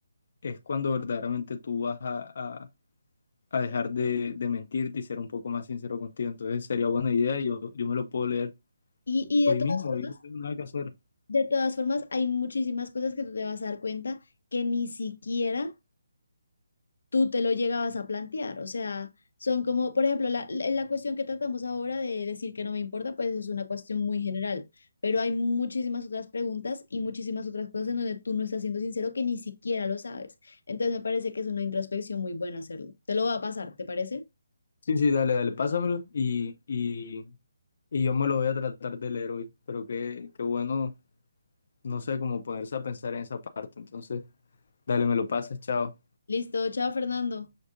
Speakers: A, on the left (about 40°); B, on the left (about 85°).
A: es cuando verdaderamente tú vas a, a- a dejar de, de mentirte y ser un poco más sincero contigo. Entonces sería buena idea, yo, yo me lo puedo leer
B: Y, y
A: hoy
B: de todas
A: mismo,
B: formas,
A: hoy no tengo nada que hacer.
B: de todas formas, hay muchísimas cosas que tú te vas a dar cuenta que ni siquiera tú te lo llegabas a plantear. O sea, son como, por ejemplo, la, la la cuestión que tratamos ahora de decir que no me importa, pues es una cuestión muy general, pero hay muchísimas otras preguntas y muchísimas otras cosas en donde tú no estás siendo sincero que ni siquiera lo sabes. Entonces me parece que es una introspección muy buena hacerlo. Te lo voy a pasar, ¿te parece?
A: Sí, sí, dale, dale, pásamelo y, y, y yo me lo voy a tratar de leer hoy. Pero qué, qué bueno, no sé, cómo ponerse a pensar en esa parte. Entonces, dale, me lo pases, chao.
B: Listo, chao Fernando.